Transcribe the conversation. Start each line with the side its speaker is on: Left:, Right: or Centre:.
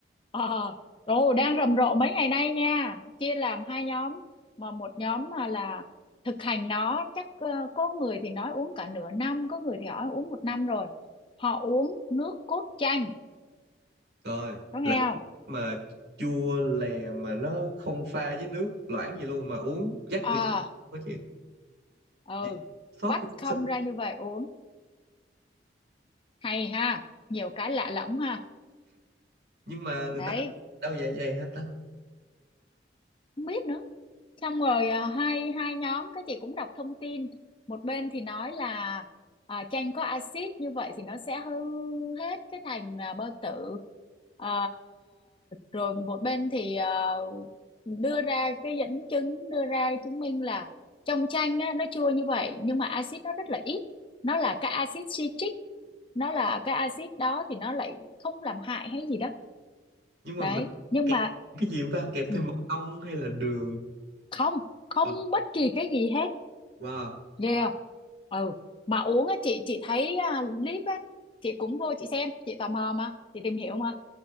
Left: ờ rồi đang rầm rộ mấy ngày nay nha chia làm hai nhóm mà một nhóm mà là thực hành nó chắc ờ, có người thì nói uống cả nửa năm có người thì nói uống một năm rồi họ uống nước cốt chanh
Right: Coi,
Left: có
Right: là
Left: nghe không
Right: mà chua lè mà nó không pha với nước loãng gì luôn mà uống dắt
Left: ờ
Right: từ trong đó chị
Left: ừ
Right: Vậy sót
Left: vắt không
Right: sao?
Left: ra như vậy uống hay ha nhiều cái lạ lẫm ha
Right: nhưng mà người
Left: đấy
Right: ta đâu dạ dày hết ta
Left: không biết nữa xong rồi à, hai hai nhóm cái chị cũng đọc thông tin một bên thì nói là à, chanh có axit như vậy thì nó sẽ hư hết cái thành à, bao tử Ờ, rồi một bên thì ờ, đưa ra cái dẫn chứng đưa ra chứng minh là trong chanh á, nó chua như vậy nhưng mà axit nó rất là ít nó là cái axit citric nó là cái axit đó thì nó lại không làm hại hay gì đó
Right: nhưng mà
Left: đấy
Right: mình
Left: nhưng
Right: kẹp
Left: mà
Right: cái gì không ta kẹp
Left: ừ,
Right: thêm mật ong hay là đường
Left: không không
Right: Ờ,
Left: bất kỳ cái gì hết
Right: wow
Left: ghê không ừ mà uống á chị chị thấy à, clip á chị cũng vô chị xem chị tò mò mà chị tìm hiểu mà